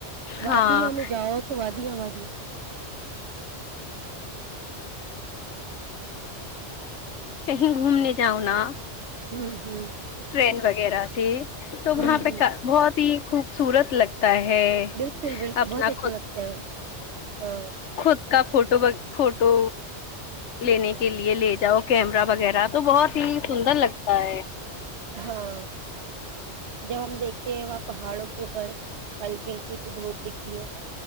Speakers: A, on the right; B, on the left.
A: وادی
B: ہاں
A: ہمیں جاؤ تو وادی وی وادیا
B: کہیں گھومنے جاؤ نا
A: ہوں ہوں
B: ٹرین وغیرہ سے تو
A: ہوں
B: وہاں پہ
A: ہوں
B: بہت ہی خوب سورت لگتا ہے
A: بالکل بالکل
B: اپنا
A: بہت اچھا
B: خود
A: لگتا ہے ہاں
B: خود کا فوٹو فوٹو لینے کے لیے لے جاؤ کیمرہ وغیرہ تو بہت ہی سندر لگتا ہے
A: ہاں جب ہم دیکھتے ہیں وہاں پہاڑوں کے اوپر ہلکی ہلکی سی دھوپ دکتی ہے